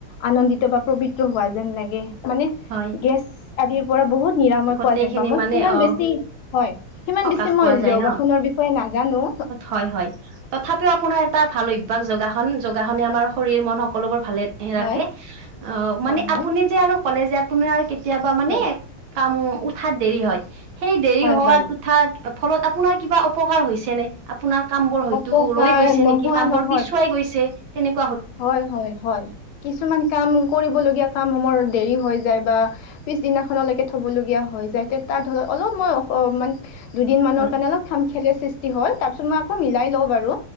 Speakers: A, on the left; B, on the right.
A: আনন্দিত বা পবিত্ৰ হোৱা যেন লাগে মানে
B: হয়।
A: গেছ আদিৰ পৰা বহুত নিৰাময়
B: গোটেইখিনি
A: পোৱা যেন পাম মই
B: মানে
A: সিমান
B: অ'
A: বেছি হয় সিমান
B: সকাহ
A: বেছি
B: পোৱা
A: মই
B: যায়
A: যোগাসনৰ
B: ন?
A: বিষয়ে নাজানোঁ
B: হয়, হয় তথাপিও আপোনাৰ এটা ভাল অভ্যাস যোগখন <unintelligible> আমাৰ শৰীৰ মন সকলোবোৰ ভালে ৰাখে
A: হয়।
B: অ', মানে
A: হয় হয়।
B: আপুনি যে আৰু ক'লে যে আপোনাৰ আৰু কেতিয়াবা মানে
A: হয়
B: কাম উঠাত দেৰি হয় সেই দেৰি
A: হয়
B: হোৱাত
A: বাৰু
B: উঠাৰ ফলত আপোনাৰ কিবা অপকাৰ হৈছে ন আপোনাৰ কাম বোৰ হয়তো
A: অপকাৰ
B: ৰৈ গৈছে
A: নোহোৱা
B: নেকি কাম
A: নহয়
B: বোৰ পিছুৱাই গৈছে তেনেক
A: হয়, হয়, হয় কিছুমান কাম কৰিবলগীয়া কাম সমৰ দেৰি হৈ যায় বা পিছদিনাখনলৈকে থবলগীয়া হৈ যায় তে তাৰ ধৰ অলপ মই অ', মান দুদিন মানৰ
B: হয়,
A: কাৰণে অলপ খ খেলেৰ সৃষ্টি হয় তাৰ পিছত মই আকৌ মিলাই লওঁ বাৰু